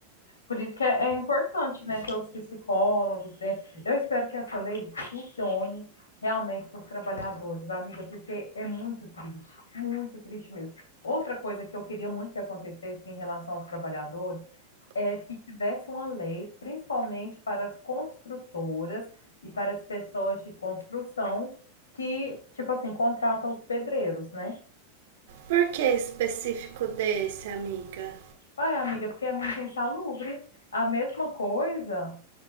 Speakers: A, on the left (about 70°); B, on the right (about 55°).
A: Por isso que é, é importante, né, ter os psicólogos dentro. Eu espero que essa lei funcione realmente para os trabalhadores, amiga, porque é muito triste, muito triste mesmo. Outra coisa que eu queria muito que acontecesse em relação aos trabalhadores é que tivesse uma lei, principalmente para as construtoras e para as pessoas de construção que, tipo assim, contratam os pedreiros, né?
B: Por que específico desse, amiga?
A: Ué, amiga, porque é muito insalubre. A mesma coisa